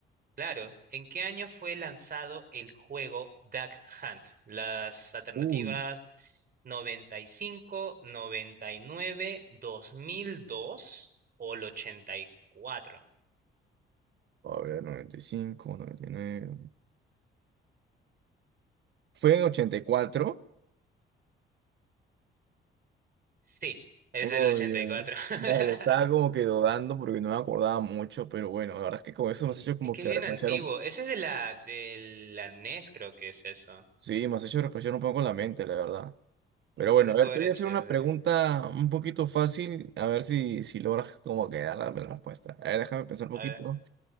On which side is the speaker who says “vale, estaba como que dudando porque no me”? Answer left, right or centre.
Right